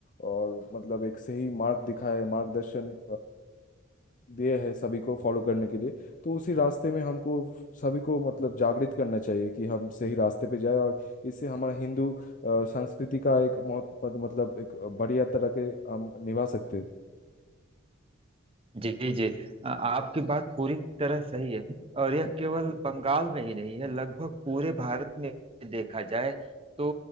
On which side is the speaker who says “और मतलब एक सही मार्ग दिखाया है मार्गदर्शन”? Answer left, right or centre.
Left